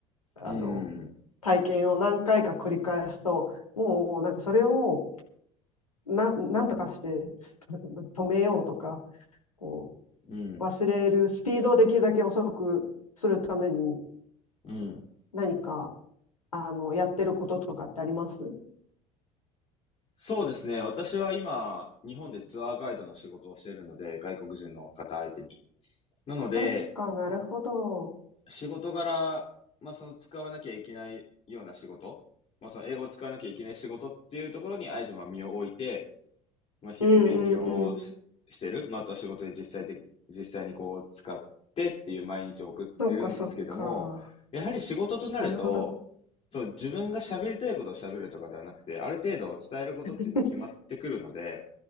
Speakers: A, on the left; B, on the left.
A: あの
B: うん、
A: 体験を何回か繰り返すと、もうなんかそれをな、なんとかして止めようとか、こ
B: うん、
A: う忘れるスピードをできるだけ遅くするために
B: うん。
A: 何かあのやってることとかってあります
B: そうですね。私は今、日本でツアーガイドの仕事をしているので、外国人の方相手に。なので、
A: とか、なるほど。
B: 仕事柄、まあ、その使わなきゃいけないような仕事、まあ、その英語を使わなきゃいけない仕事っていうところに、あえてまあ身を置いて、まあ、日々勉強をし、
A: うんうんうん。
B: してる、まあ、あとは仕事で実際的、実際にこう使ってっていう毎日を送ってるんですけども、
A: そっかそっか。
B: やはり仕事となると、
A: なるほど。
B: その自分が喋りたいことを喋るとかではなくて、ある程度伝えることっていうのは決まってくるので、
A: <laughs>